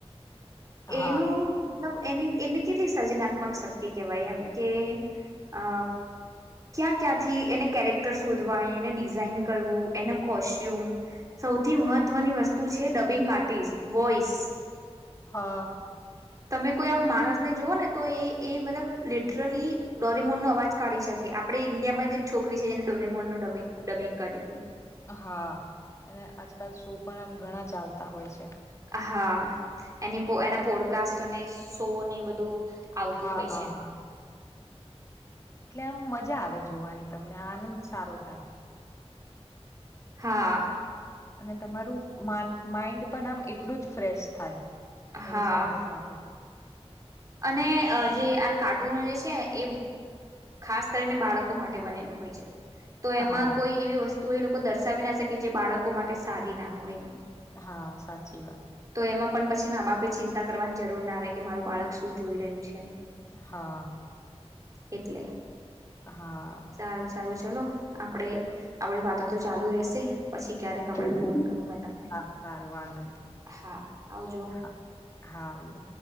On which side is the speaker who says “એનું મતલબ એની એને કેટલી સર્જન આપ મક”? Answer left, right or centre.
Right